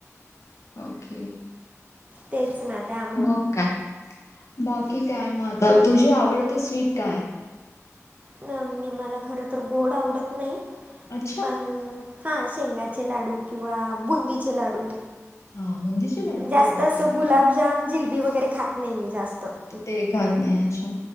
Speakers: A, on the left; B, on the right.
A: ओके.
B: तेच ना. ते आ-
A: मग काय? बाकी काय म आता? तुझ आवडतं स्वीट काय?
B: मी मला खर तर गोड आवडत नाही.
A: अच्छा!
B: पण- हा. शेंगाचे लाडू किंवा बुंदीचे लाडू.
A: हां, बुंदीचे लाडू
B: जास्त
A: तर ऑल
B: अस
A: टाईम फेवरेट.
B: गुलाबजाम, जिलबी वगैरे खात नाही मी जास्त.
A: तू ते खात नाही अच्छा.